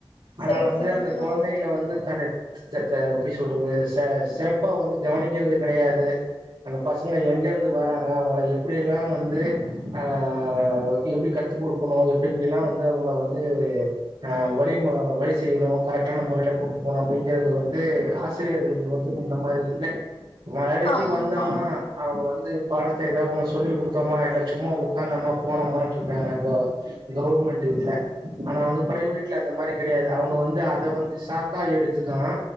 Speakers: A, on the right (about 80°); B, on the left (about 80°).
A: ஆனா
B: சேரி
A: வந்து
B: சேரி
A: அந்த குழந்தைகள
B: ஆ ம்
A: வந்து தர எப்படி சொல்றது ச சிறப்பா வந்து கவனிக்கிறது கிடையாது அந்த பசங்க எங்கிருந்து வராாங்க அவங்கள எப் அப்படிய எல்லாம் வந்து அஹ எப்படி கட் த்து கொடுக்கணும் எப்படி இப்படிலாம் வந்து அவங்கள வந்து அஹ் வழி வழி செய்யணும் கரெக்டான முறையில போட்டுக்கணும் அப்படிங்கறிறது வந்து ஆசிரியர்களுக்கு வந்து அந்த மாதிரி இல்லை மழைக்கு
B: ஆமா
A: வந்தமா
B: ஆமா ம் ம்
A: அவங்க வந்து பாடத்தை ஏதாவ ஒன்னு சொல்லி கொடுத்தோமா இல்லை சும்மா உட்காந்தமா போனோம இருக்காங்க கவர்மெண்ட் இதுல ஆனால் வந்து பிரைவேட்ல அந்த மாதிரி கிடையாது அவங்க வந்து அதை வந்து சாக்கா எடுத்து தான்